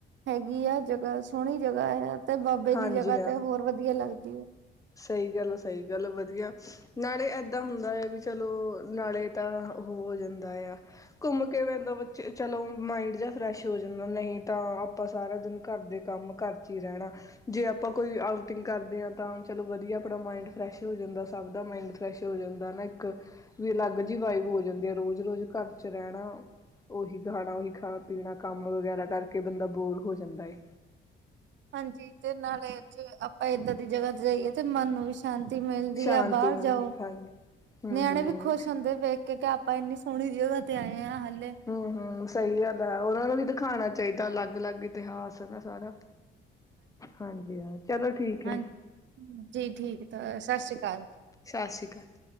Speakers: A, on the right; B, on the left.
A: ਹੈਗੀ ਆ ਜਗ੍ਹਾ ਸੋਹਣੀ ਜਗ੍ਹਾ ਆ। ਤੇ ਬਾਬੇ
B: ਹਾਂਜੀ
A: ਦੀ ਜਗ੍ਹਾ
B: ਹਾਂ
A: ਤੇ ਹੋਰ ਵਧੀਆ ਲੱਗਦੀ ਹੈ।
B: ਸਹੀ ਗੱਲ ਆ ਸਹੀ ਗੱਲ ਵਧੀਆ। ਨਾਲੇ ਇੱਦਾਂ ਹੁੰਦਾ ਆ ਵੀ ਚਲੋ ਨਾਲੇ ਤਾਂ ਉਹ ਹੋ ਜਾਂਦਾ ਆ। ਘੁੰਮ ਕੇ ਪੈਂਦਾ ਬੱਚੇ ਚਲੋ ਮਾਇੰਡ ਜਿਹਾ ਫਰੈਸ਼ ਹੋ ਜਾਂਦਾ ਨਹੀਂ ਤਾਂ ਆਪਾਂ ਸਾਰਾ ਦਿਨ ਘਰ ਦੇ ਕੰਮ। ਘਰ ਚ ਹੀ ਰਹਿਣਾ ਜੇ ਆਪਾਂ ਕੋਈ ਆਊਟਿੰਗ ਕਰਦੇ ਹਾਂ ਤਾਂ। ਚਲੋ ਵਧੀਆ ਆਪਣਾ ਮਾਇੰਡ ਫਰੈਸ਼ ਹੋ ਜਾਂਦਾ ਸਭ ਦਾ ਮਾਇੰਡ ਫਰੈਸ਼ ਹੋ ਜਾਂਦਾ ਨਾ ਇੱਕ। ਵੀ ਅਲੱਗ ਜਿਹੀ ਵਾਈਬ ਹੋ ਜਾਂਦੀ ਐ ਰੋਜ਼ ਰੋਜ਼ ਘਰ ਚ ਰਹਿਣਾ। ਓਹੀ ਖਾਣਾ ਉਹੀ ਖਾਣਾ-ਪੀਣਾ ਕੰਮ ਵਗੈਰਾ ਕਰਕੇ ਬੰਦਾ ਬੋਰ ਹੋ ਜਾਂਦਾ ਏ।
A: ਹਾਂਜੀ, ਤੇ ਨਾਲੇ ਜੇ ਚ ਆਪਾਂ ਏਦਾਂ ਦੀ ਜਗ੍ਹਾ ਤੇ ਜਾਈਏ ਤੇ ਮਨ ਨੂੰ ਵੀ। ਸ਼ਾਂਤੀ ਮਿਲਦੀ
B: ਸ਼ਾਂਤੀ
A: ਹੈ ਬਾਹਰ
B: ਮਿਲਦੀ
A: ਜਾਓ
B: ਹਾਂਜੀ ਹਮ
A: ਨਿਆਣੇ
B: ਹਮ
A: ਵੀ ਖੁਸ਼ ਹੁੰਦੇ ਵੇਖ ਕੇ ਕਿ ਆਪਾਂ ਇੰਨੀ। ਸੋਹਣੀ ਜਗ੍ਹਾ ਤੇ ਆਏ ਹਾਂ ਹਾਲੇ।
B: ਹਮ ਹਮ ਸਹੀ ਗੱਲ ਹੈ ਉਹਨਾਂ ਨੂੰ ਵੀ ਦਿਖਾਉਣਾ ਚਾਹੀਦਾ ਅਲੱਗ ਅਲੱਗ ਇਤਿਹਾਸ ਹੈ ਨਾ ਸਾਰਾ। ਹਾਂਜੀ ਹਾਂ, ਚਲੋ ਠੀਕ ਹੈ
A: ਹਾਂਜੀ
B: ਜੀ।
A: ਜੀ ਠੀਕ ਤਾਂ ਸਤਿ ਸ਼੍ਰੀ ਅਕਾਲ।
B: ਸਤਿ ਸ਼੍ਰੀ ਅਕਾਲ।